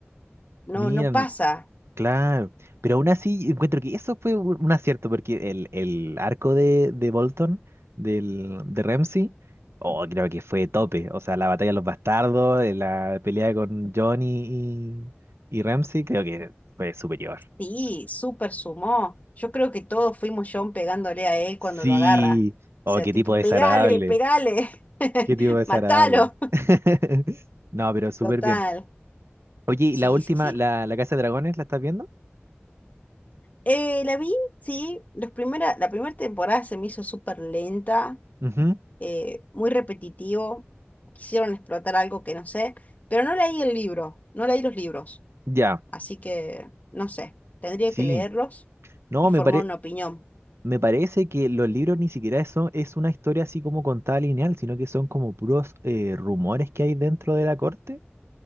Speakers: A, on the left (about 40°); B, on the right (about 75°).
A: no,
B: mira,
A: no pasa.
B: no, Claro, pero aún así encuentro que eso fue un, un acierto, porque el, el arco de, de Bolton, del, de Ramsay, oh, creo que fue tope. O sea, la batalla de los bastardos, eh, la pelea con Johnny y, y Ramsay, creo que fue superior.
A: Sí, súper sumó. Yo creo que todos fuimos John pegándole a él
B: Sí,
A: cuando lo agarra. O
B: oh,
A: sea,
B: qué
A: tipo,
B: tipo desagradable,
A: pegale, pegale, <laughs>
B: qué tipo desagradable.
A: matalo.
B: <laughs> No, pero súper
A: Total,
B: bien. Oye, ¿y
A: sí,
B: la última,
A: sí, sí.
B: la, la Casa de Dragones, la estás viendo?
A: Eh, la vi, sí, los primera, la primera temporada se me hizo súper lenta.
B: Ujú,
A: eh, muy repetitivo, quisieron explotar algo que no sé, pero no leí el libro, no leí los libros,
B: Ya,
A: así que no sé, tendría
B: sí.
A: que leerlos
B: No,
A: y formar
B: me parece.
A: una opinión.
B: Me parece que los libros ni siquiera eso es una historia así como contada lineal, sino que son como puros eh, rumores que hay dentro de la corte,